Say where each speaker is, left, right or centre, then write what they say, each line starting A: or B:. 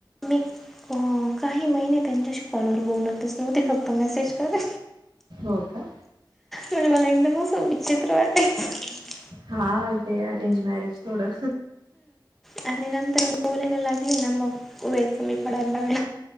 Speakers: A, in the centre; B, on the right (about 80°).
A: मी काही महिने त्यांच्याशी कॉलवर बोलतच नव्ह ते फक्त मेसेज करे
B: हो का
A: म्ह मला एकदम असं विचित्र वाटायच.
B: हा ते अरेंज मॅरेज थोडं
A: आणि नंतर यला लागली ना मग वेर कमी पडायला ब